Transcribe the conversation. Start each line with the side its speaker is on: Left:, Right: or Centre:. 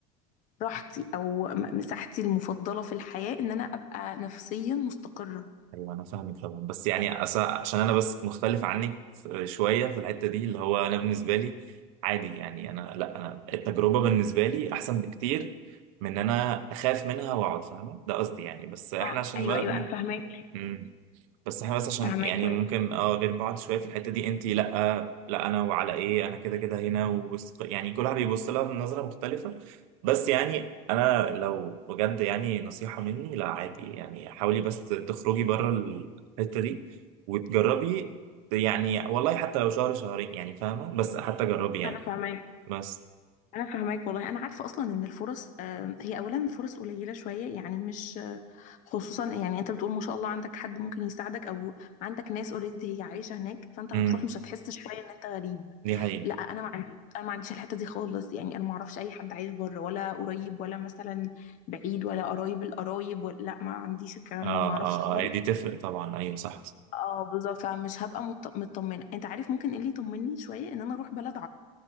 Left: راحتي او م- مساحتي المفضله في الحياه ان انا ابقى نفسيا مستقره
Right: ايوه انا فاهمك طبعا بس يعني أص- عشان انا بس مختلف عنك في- شويه في الحته دي اللي هو انا بالنسبه لي عادي يعني انا لا انا التجربه بالنسبه لي احسن بكتير من ان انا اخاف منها واقعد فاهمه ده قصدي يعني بس احنا
Left: اه
Right: عشان
Left: ايوه
Right: بقى-
Left: ايوه انا فاهماك
Right: مم. بس احنا بس عشان
Left: فاهماك
Right: يعني
Left: كويس
Right: ممكن اه غير بعض شويه في الحته دي انت لا لا انا وعلى ايه انا كده كده هنا ووسق يعني كل واحد بيبص لها بنظره مختلفه بس يعني انا لو بجد يعني نصيحه مني لا عادي يعني حاولي بس تخرجي بره الحته دي وتجربي يعني والله حتى لو شهر شهرين يعني فاهمه بس حتى جربي يعني
Left: انا فاهماك
Right: بس
Left: انا فاهماك والله انا عارفه اصلا ان الفرص آه، هي اولا فرص قليله شويه يعني مش آه، خصوصا يعني انت بتقول ما شاء الله عندك حد ممكن يساعدك او عندك ناس اوريدي هي عايشه هناك فانت
Right: امم
Left: هتروح مش هتحس شويه ان انت غريب
Right: دي حقيقه
Left: لا انا ما عندي انا ما عنديش الحته دي خالص يعني انا ما اعرفش اي حد عايش بره ولا قريب ولا مثلا بعيد ولا قرايب القرايب ولا لا ما عنديش الكلام
Right: اه
Left: ده ما اعرفش
Right: اه
Left: خالص
Right: اه هي دي تفرق طبعا ايوه صح
Left: اه بالظبط فمش هبقى مط- مطمنه انت عارف ممكن ايه اللي يطمني شويه ان انا اروح بلد